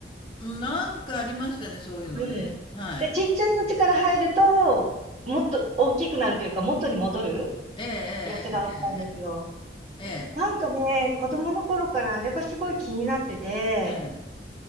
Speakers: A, on the left; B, on the right.
A: なんかありましたね、そういうのね。
B: うん。
A: はい。
B: で、ちっちゃい口から入ると、もっと大きくなるというか、元に戻る
A: ええ、
B: やつがあったんですよ。
A: ええ、ええ、
B: なんかね、子供の頃からあれがすごい気になってて、
A: ええ、ええ、